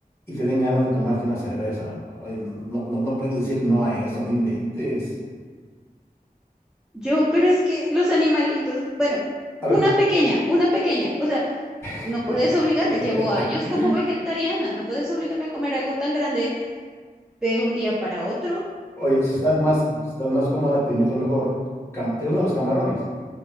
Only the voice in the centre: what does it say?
Yo, pero es que los animalitos, bueno,
una pequeña, una pequeña, o sea. No
puedes obligarme, llevo años como vegetariana, no puedes obligarme a comer algo tan grande de un día para otro.